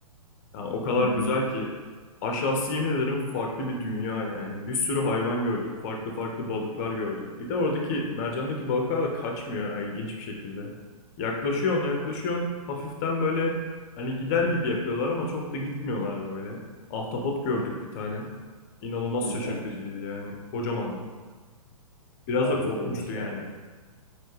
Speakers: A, on the left; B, on the right.
A: Yani o kadar
B: Hı hı.
A: güzel ki aşağısı yemin ederim farklı bir dünya yani. Bir sürü hayvan gördük, farklı farklı balıklar gördük. Bir de oradaki mercandaki balıklar da kaçmıyor ha ilginç bir şekilde. Yaklaşıyorsun, yaklaşıyorsun. Hafiften böyle hani gider gibi yapıyorlar ama çok da gitmiyorlar böyle. Ahtapot gördük
B: Hı hı.
A: bir tane. İnanılmaz
B: Hı hı.
A: şaşırtıcıydı yani. Kocamandı. Biraz
B: Harikaymış
A: da korkunçtu yani.
B: ya.